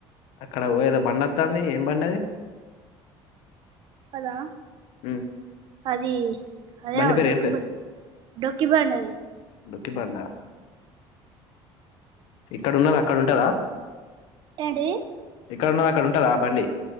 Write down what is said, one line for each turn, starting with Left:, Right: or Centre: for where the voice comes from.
Left: అక్కడ ఏదో బండి వాతాంది ఏం బండి అది
Right: అదా
Left: హ్మ్.
Right: అది అదే
Left: బండి పేరు
Right: డొకిబడి
Left: ఏం పేరు?
Right: డొకిబడి అది
Left: డోకి బండా ఇక్కడ ఉన్నద అక్కడ ఉంటదా
Right: ఏంటిది
Left: ఇక్కడ ఉన్నది అక్కడ ఉంటాదా బండి